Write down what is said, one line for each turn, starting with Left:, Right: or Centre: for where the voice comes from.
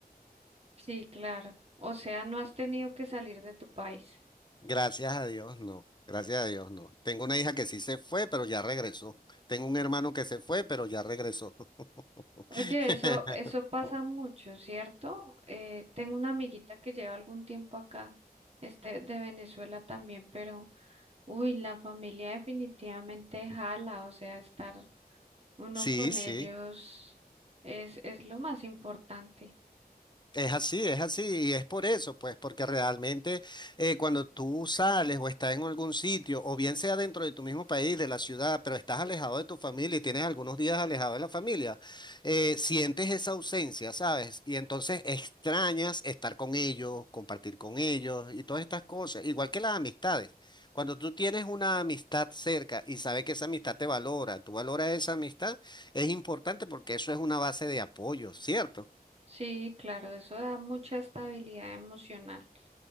Right: Sí, claro. O sea, no has tenido que salir de tu país.
Left: Gracias a Dios, no, gracias a Dios, no. Tengo una hija que sí se fue, pero ya regresó. Tengo un hermano que se fue, pero ya regresó.
Right: Oye,
Left: <laughs>
Right: eso, eso pasa mucho, ¿cierto? Eh, tengo una amiguita que lleva algún tiempo acá, este, de Venezuela también, pero, uy, la familia definitivamente jala, o sea, estar uno
Left: Sí,
Right: con
Left: sí.
Right: ellos es, es lo más importante.
Left: Es así, es así, y es por eso, pues, porque realmente eh, cuando tú sales o estás en algún sitio, o bien sea dentro de tu mismo país, de la ciudad, pero estás alejado de tu familia y tienes algunos días alejado de la familia, eh, sientes esa ausencia, ¿sabes? Y entonces extrañas estar con ellos, compartir con ellos y todas estas cosas, igual que las amistades. Cuando tú tienes una amistad cerca y sabes que esa amistad te valora, tú valoras esa amistad, es importante porque eso es una base de apoyo, ¿cierto?
Right: Sí, claro, eso da mucha estabilidad emocional.